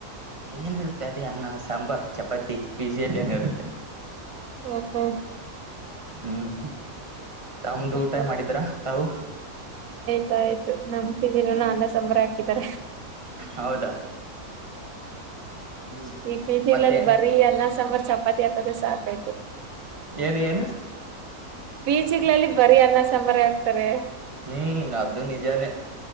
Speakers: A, on the right; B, on the right.
A: ಏನಿರುತ್ತೆ ಅದೇ ಅನ್ನ ಸಾಂಬಾರ್ು ಚಪಾತಿ ಪೀಜಿಯಲ್ಲಿ ಏನಿರುತ್ತೆ
B: ಓಹೋ
A: ಹ್ಮ್ ತಮ್ದು
B: ಅಷ್ಟೇ.
A: ಊಟ ಮಾಡಿದ್ರ ತಾವು
B: ಗ ಆಯ್ತು ನಮ್ ಕಪಿಜಿ ಯಲ್ಲಿ ನು ಅನ್ನ ಸಾಂಬಾರ್ ಹಾಕಿದಿದ್ದಾರೆ
A: ಹೌದಾ ಹ್ಮ್
B: ಈ ಬೀಜಿಲಲ್ಲಿ
A: ಮತ್ತೆ
B: ಬರೀ ಅನ್ನ ಸಾಂಬಾರ್ ಚಪಾತಿ ಹಾಕದ್ರೆ ಸಾಕಾಯ್ತು
A: ಏನು ಏನು
B: ಈಚಿಗಳಲ್ಲಿ ಬರಿೀ ಅನ್ನ ಸಂಂಬಾರಿ ಆಕ್ತಾರೆ
A: ಹ್ಮ್ ಅದು ನಿಜಾನ